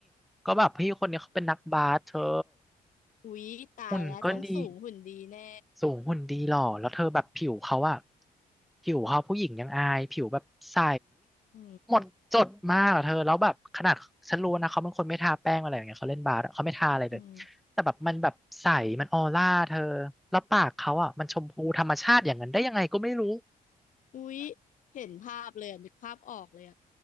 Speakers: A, in the centre; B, on the left.
A: ก็แบบพี่คนนี้เขาเป็นนักบาสเธอ
B: อุ๊ยตายแล้วต้องสูงหุ่นดีแน่
A: หุ่นก็ดีสูงหุ่นดีหล่อแล้วเธอแบบผิวเขาอะผิวเขาผู้หญิงยังอายผิวแบบใส
B: อื
A: หมดจดมากอะเธอแล้วแบบขนาดฉันรู้นะเขาเป็นคนไม่ทาแป้งอะไรอย่างเงี้ยเขาเล่นบาสอะเขาไม่ทาอะไรเลย
B: มอืม
A: แต่แบบมันแบบใสมันออร่าเธอแล้วปากเขาอะมันชมพูธรรมชาติอย่างนั้นได้ยังไงก็ไม่รู้
B: อุ๊ยเห็นภาพเลยอะนึกภาพออกเลยอ่ะ